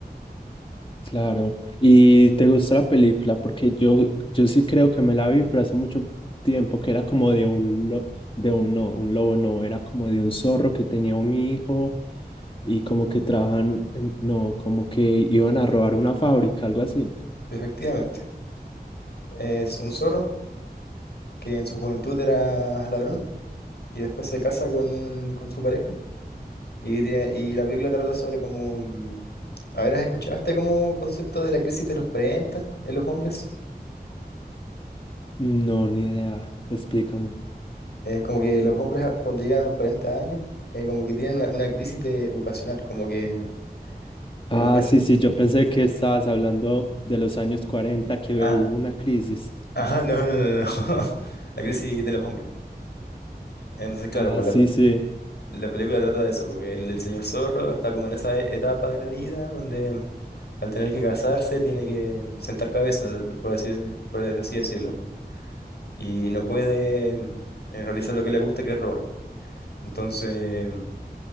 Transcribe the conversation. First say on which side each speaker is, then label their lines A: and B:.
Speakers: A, on the left; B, on the left.
A: Claro. ¿Y te gustó la película? Porque yo, yo sí creo que me la vi, pero hace mucho tiempo que era como de un lo, de un no, un lobo no, era como de un zorro que tenía un hijo y como que trabajan, en- no, como que iban a robar una fábrica, algo así.
B: efectivamente. Es un zorro que en su juventud era ladrón y después se casa con, un- con su pareja y, tie- y la película trata sobre como... mm, A ver, ¿has escuchado este como concepto de la crisis de los 40 en los hombres?
A: No, ni idea. Explícame.
B: Es como que los hombres a- cuando llegan a los 40 años, eh, como que tienen una, una crisis de vocacional, como que por
A: Ah,
B: los que...
A: sí, sí, yo pensé que estabas hablando de los años 40 que
B: Ah,
A: hubo una crisis.
B: ajá, no, no, no, no, no. <laughs> La crisis de los hombres. Entonces, claro,
A: Ah,
B: pues la,
A: sí, sí.
B: la película trata de eso, porque el, el señor zorro está como en esa e- etapa de la vida donde al tener que casarse tiene que sentar cabeza, por así, por así decirlo, y no puede eh, realizar lo que le gusta, que es robar. Entonces...